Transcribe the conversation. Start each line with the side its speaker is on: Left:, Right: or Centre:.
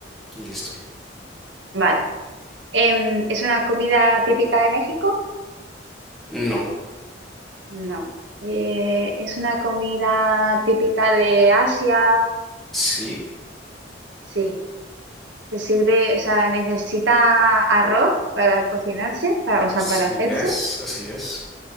Centre: listo.
Right: vale. Em, ¿es una comida típica de México?
Centre: No,
Right: No. Eh, es una comida típica de Asia.
Centre: sí,
Right: Sí. Se sirve, o sea, necesita arroz para cocinarse, para- o
Centre: así
Right: sea, para hacerse.
Centre: es, así es.